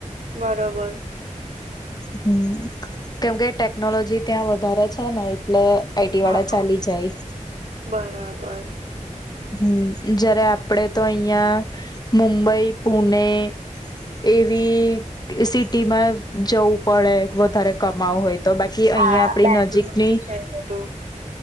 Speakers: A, on the right; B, on the left.
A: બરોબર.
B: હમ્મ. કેમ કે ટેકનોલોજી ત્યાં વધારે છે ને એટલે આઈટી
A: હા,
B: વાળા ચાલી જાય.
A: બરાબર.
B: હમ્મ જયારે આપડે તો અહિયાં મુંબઈ, પુને એવી સિટીમાં જવું પડે વધારે કમાઉ હોય તો બાકી
A: હા
B: અહિયાં આપડી
A: બેંગલુર
B: નજીકની
A: છે બધું.